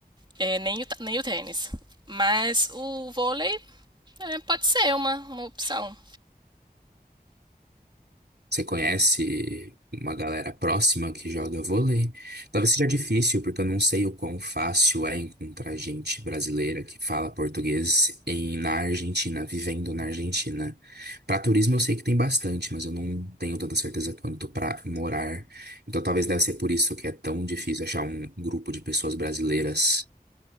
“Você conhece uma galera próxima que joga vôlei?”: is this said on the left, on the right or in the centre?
Right